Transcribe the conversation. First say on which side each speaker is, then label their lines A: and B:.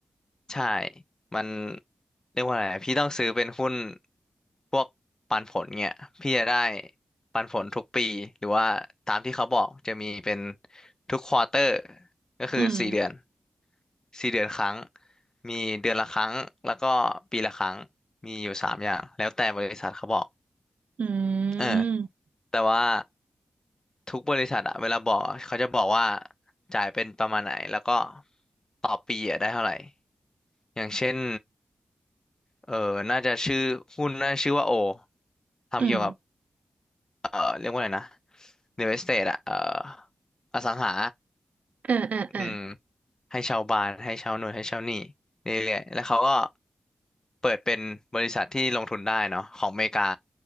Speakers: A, on the left; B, on the right.
A: ใช่มันเรียกว่าอะไรอะพี่ต้องซื้อเป็นหุ้นพวกปันผลเนี่ยพี่จะได้ปันผลทุกปีหรือว่าตามที่เขาบอกจะมีเป็นทุกควอเตอร์ก็คือสี่เดือน
B: อืม
A: สี่เดือนครั้งมีเดือนละครั้งแล้วก็ปีละครั้งมีอยู่สามอย่างแล้วแต่บริษัทเขาบอก
B: อื
A: เออ
B: ม
A: แต่ว่าทุกบริษัทอะเวลาบอกอะเขาจะบอกว่าจ่ายเป็นประมาณไหนแล้วก็ต่อปีอะได้เท่าไหร่อย่างเช่น เออน่าจะชื่อหุ้นน่าจะชื่อว่าโอทำเกี่ยวกับ
B: อืม
A: เออเรียกว่าอะไรนะ real estate อะเอออสังหา
B: เอ่าอ่าอ่า
A: อืมให้ชาวบ้านให้ชาวหน่วยให้ชาวหนี้เรื่อยๆแล้วเขาก็เปิดเป็นบริษัทที่ลงทุนได้เนาะของอเมริกา